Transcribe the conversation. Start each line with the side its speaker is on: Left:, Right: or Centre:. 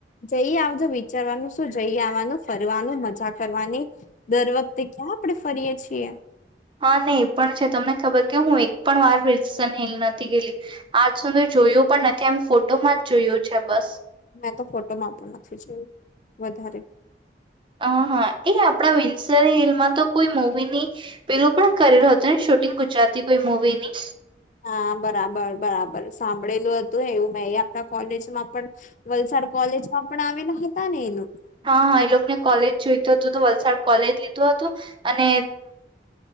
Left: જઈ આવજો વિચારવાનું શું જઈ આવવાનું ફરવાનું મજા કરવાની દર વખતે ક્યાં. આપડણે ફરીએે છીએ.
Right: હા નહી એ પણ છે, તમને ખબર કે હું એક પણ વાર <unintelligible> નથી ગેલી આજ સુધી જો. જોયું પણ નથી એમ ફોટોમાં જ જોયું છે, બસ.
Left: મેં તો ફોટો માપું નથી જોયું વધારે.
Right: હ હા એ આપણા <unintelligible> તો કોઈ મવી ની પેલું પણ <unintelligible> હતું. શૂટિંગ ગુજરાતી. કોઈ મૂવીની.
Left: હા બરાબર બરાબર. સાંભળેલું હતું એવું મે આપણા કોલેજમાં પણ વલસાડ કોલેજમાં પણ આવેલા હતા ને એનું.
Right: હા હા એ લોકોને કોલેજ જોઈતું હતું તો વલસાડ કોલેજ લીધું હતું અને